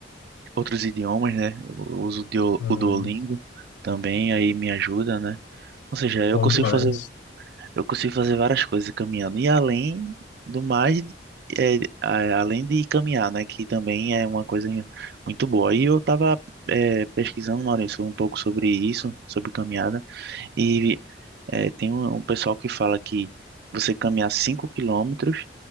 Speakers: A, on the right; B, on the left.
A: outros idiomas, né? Eu uso o Dio-
B: Ah,
A: o Duolingo também, aí me ajuda, né? Ou seja, eu
B: bom
A: consigo
B: demais.
A: fazer, eu consigo fazer várias coisas caminhando. E além do mais, é, a- além de caminhar, né? Que também é uma coisa muito boa. E eu estava pesquisando, Maurício, um pouco sobre isso, sobre caminhada. E é, tem um, um pessoal que fala que você caminhar 5 quilômetros